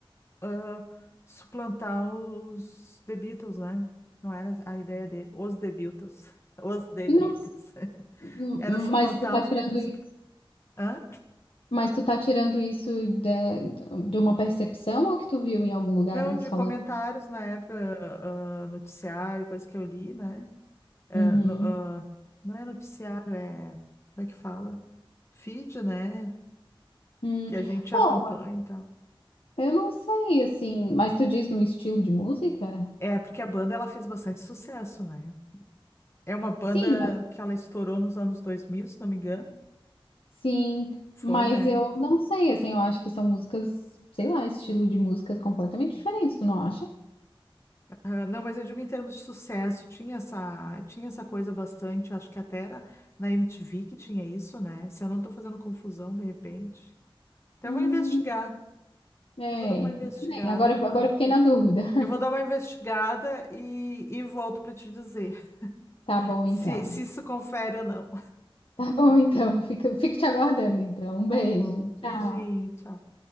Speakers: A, on the left; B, on the left.
A: ah, suplantar os The Beatles, né? Não era a ideia dele. Os The Beatles. <laughs> Os The
B: Não,
A: Beatles.
B: s-
A: <laughs>
B: m-
A: Era suplantar
B: mas tu tá
A: os
B: tirando
A: Beatles.
B: isso.
A: Hã?
B: Mas tu tá tirando isso de, de uma percepção ou que tu viu em algum lugar
A: Não,
B: eles
A: de
B: falando?
A: comentários na época, ah, noticiário, coisa que eu li, né? Ah,
B: Uhum.
A: no- ah, não é noticiário, é. Como é que fala? Feed, né?
B: Hum.
A: Que a gente
B: Bom,
A: acompanha e tal.
B: Eu não sei, assim, mas tu diz no estilo de música?
A: É, porque a banda ela fez bastante sucesso, né? É uma banda
B: Sim, mas,
A: que ela estourou nos anos 2000, se não me engano.
B: sim,
A: Foi,
B: mas
A: né?
B: eu não sei, assim, eu acho que são músicas, sei lá, estilo de músicas completamente diferentes, tu não acha?
A: Ah, Não, mas eu digo em termos de sucesso, tinha essa, tinha essa coisa bastante, acho que até era na MTV que tinha isso, né? Se eu não tô fazendo confusão, de repente. Até
B: Hum,
A: vou investigar,
B: é,
A: eu vou dar uma investigada.
B: eu também. Agora, agora eu fiquei na dúvida. <laughs>
A: Eu vou dar uma investigada e, e volto pra te dizer
B: Tá
A: <laughs>
B: bom, então.
A: se, se isso confere ou não.
B: Tá bom, então. Fico, fico te aguardando, então. Um
A: Tá
B: beijo.
A: bom,
B: Tchau.
A: beijinho, tchau.